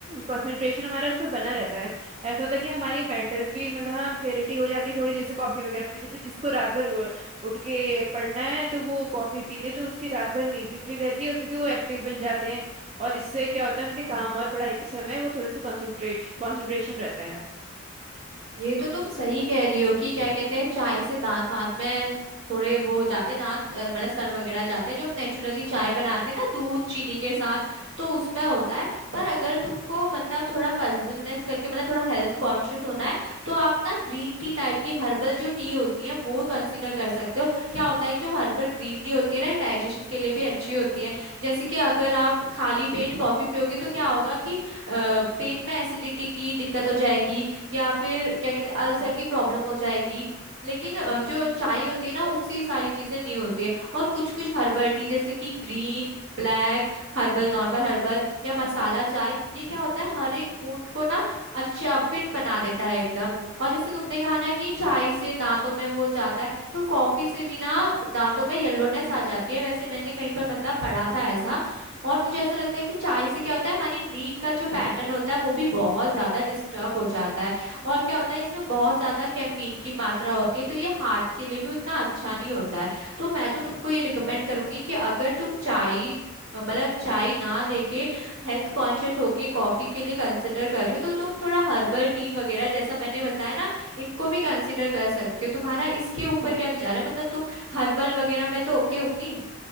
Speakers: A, on the right; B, on the right.
A: कंसंट्रेशन हमारा उस पर बना रहता है ऐसा होता है कि हमारी मेंटल भी मतलब हाँ क्लियरिटी हो जाती है थोड़ी जैसे कॉफी वगैरह पी जैसे जिसको रात भर उ- उठ के पढ़ना है तो वो कॉफी पी ले तो उसकी रात भर नींद भी पूरी रहती है क्योंकि वो एक्टिव बन जाते हैं और इससे क्या होता है उनके काम और पढ़ाई के समय वो थोड़े से कंसंट्रेट कंसंट्रेशन रहता
B: ये तो तुम सही कह रही हो कि क्या कहते हैं चाय से दांत वांत में थोड़े वो हो जाते हैं दांत अ, मतलब सर वगैरह जाते हैं जो हम नेचुरली चाय बनाते हैं ना दूध चीनी के साथ तो उसमें होता है पर अगर तुमको मतलब थोड़ा पॉजिटिवनेस करके मतलब थोड़ा हेल्थ कॉन्शियस होना है तो आप ना ग्रीन टी टाइप की हर्बल जो टी होती है वो कंसिडर कर सकते हो क्या होता है जो हर्बल ग्रीन टी होती है ना डाइजेशन के लिए भी अच्छी होती है जैसे कि अगर आप खाली पेट कॉफी पियोगे तो क्या होगा कि अ, पेट में एसिडिटी की दिक्कत हो जाएगी या फिर क्या कहते हैं अल्सर की प्रॉब्लम हो जाएगी लेकिन अ, जो चाय होती है ना उससे ये सारी चीजें नहीं होती है और कुछ कुछ हर्बल टी जैसे कि green black herbal normal herbal या मसाला चाय ये क्या होता है हर एक मूड को ना अच्छा फिट बना देता है एकदम
A: है
B: और जैसे तुमने कहा ना कि चाय से दांतों में वो जाता है तो कॉफी से भी ना दांतों में येलोनेस आ जाती है वैसे मैंने कहीं पर मतलब पढ़ा था ऐसा और मुझे ऐसा लगता है कि चाय से क्या होता है हमारी नींद का जो पैटर्न होता है वो भी बहुत ज्यादा डिस्टर्ब हो जाता है और क्या होता है इसमें बहुत ज्यादा कैफीन की मात्रा होती है तो ये हार्ट के लिए भी उतना अच्छा नहीं होता है तो मैं तो तुमको ये रिकमेंड करूंगी कि अगर तुम चाय मतलब चाय ना लेके हेल्थ कॉन्शियस होके कॉफी के लिए कंसिडर कर रही हो तो तुम थोड़ा हर्बल टी वगैरह जैसा मैंने बताया ना इनको भी कंसिडर कर सकती हो तुम्हारा इसके ऊपर क्या विचार है मतलब तुम हर्बल वगैरह में तो ओके होंगी